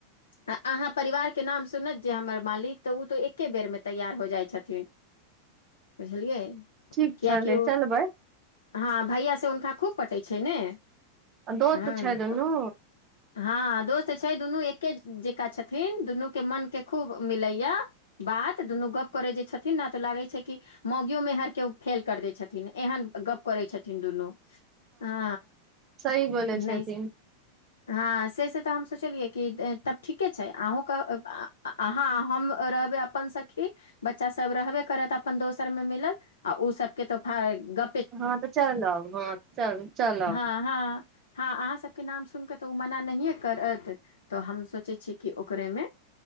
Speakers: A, on the left; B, on the right.
A: आ- अहाँ परिवार के नाम सुनत जे हमर मालिक तऽ ओ तऽ एके बेर मे तैयार हो जाइ छथिन बुझलियै
B: ठीक
A: कियकि
B: छलै
A: ओ
B: चलबै
A: हँ भैया से हुनका खूब पटय छै ने
B: दोस्त
A: हँ
B: छै दुनू
A: तऽ हँ दोस्त छै दुनू एके जकां छथिन दुनूके मनके खूब मिलैया बात दुनू गप करय जे छथिन तऽ लागै छै कि मौगियो मेहर के ओ फेल कर दै छथिन एहन गप करै छथिन दुनू हँ
B: सही बोलै
A: नहि
B: छथिन
A: हँ से से तऽ हम सोचलियै कि तब ठीके छै अहूँ के अहाँ आ हम रहबय अपन सखी बच्चा सब रहबे करत अपन दोसरमे मिलल आ ओ सब के त भाय गप
B: हँ तऽ चलब हँ चल चलब
A: हँ हँ हँ अहाँसभके नाम सुनि कऽ तऽ ओ मना नहिए करत तऽ हम सोचै छिय ओकरेमे